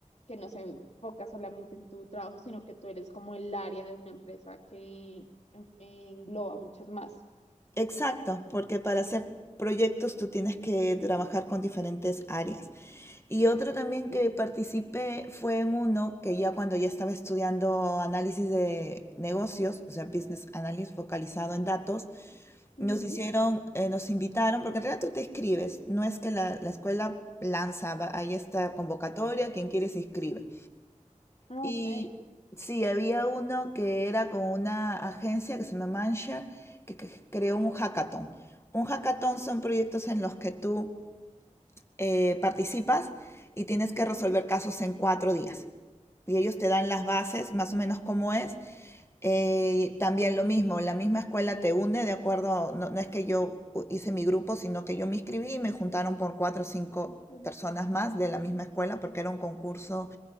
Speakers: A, on the left; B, on the left.
A: que no se enfoca solamente en tu trabajo, sino que tú eres como el área de una empresa que en- engloba muchas más.
B: Exacto, porque para hacer proyectos tú tienes que trabajar con diferentes áreas. Y otro también
A: Justo.
B: que participé fue en uno que ya cuando ya estaba estudiando análisis de negocios, o sea, business analysis focalizado en datos,
A: Ujú.
B: Nos hicieron, eh, nos invitaron, porque en realidad tú te escribes, no es que la, la escuela lanza, va- hay esta convocatoria, quien quiere se inscribe.
A: Ah,
B: Y
A: ok.
B: sí, había uno que era con una agencia que se llama Manshare, que, que creó un hackathon. Un hackathon son proyectos en los que tú eh, participas y tienes que
A: Ujú.
B: resolver casos en cuatro días. Y ellos te dan las bases, más o menos cómo es. Eh, también lo mismo, la misma escuela te une de acuerdo, no, no es que yo hice mi grupo, sino que yo me inscribí y me juntaron por cuatro o cinco
A: Ujú.
B: personas más de la misma escuela porque era un concurso